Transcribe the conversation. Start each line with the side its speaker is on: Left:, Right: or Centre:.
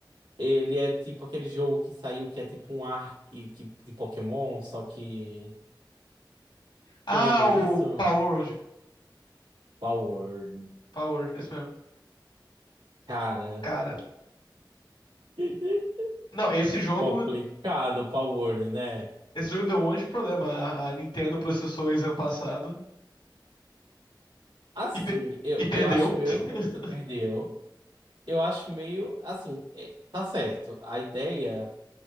Right: Ele é tipo aquele jogo que saiu que é tipo um arc que, de Pokémon, só que.
Left: Ah,
Right: Tu lembra
Left: o
Right: isso?
Left: Palworld.
Right: Power.
Left: Palworld, esse mesmo.
Right: Cara.
Left: Cara,
Right: <laughs>
Left: não, esse jogo,
Right: Complicado o Power, né?
Left: esse jogo deu um monte de problema. A a Nintendo processou eles ano passado
Right: Assim,
Left: e, pe-
Right: eu,
Left: e perdeu.
Right: eu acho meio.
Left: <laughs>
Right: E perdeu. Eu acho meio. Assim, é- tá certo. A ideia